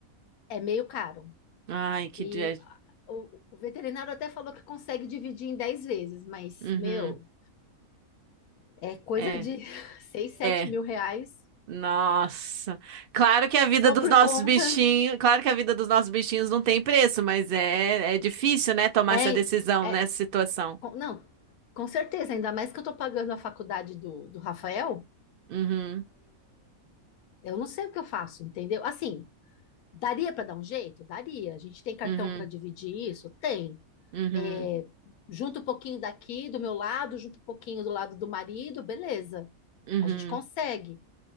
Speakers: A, on the left (about 85°); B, on the right (about 80°).
A: é meio caro.
B: Ai, que
A: E
B: dia.
A: ah, o, o veterinário até falou que consegue dividir em 10 vezes, mas,
B: Uhum.
A: meu, é coisa
B: É,
A: de <laughs> seis, sete
B: é.
A: mil reais
B: Nossa. Claro que a vida
A: só
B: dos
A: por
B: nossos
A: conta.
B: bichinhos, claro que a vida dos nossos bichinhos não tem preço, mas é, é difícil, né, tomar
A: É,
B: essa decisão
A: é,
B: nessa situação.
A: com- não, com certeza, ainda mais que eu tô pagando a faculdade do, do Rafael,
B: Uhum,
A: eu não sei o que eu faço, entendeu? Assim, Daria para dar um jeito? Daria. A gente tem cartão
B: uhum,
A: para dividir isso? Tem.
B: uhum,
A: É, junta um pouquinho daqui do meu lado, junta um pouquinho do lado do marido, beleza.
B: uhum.
A: A gente consegue.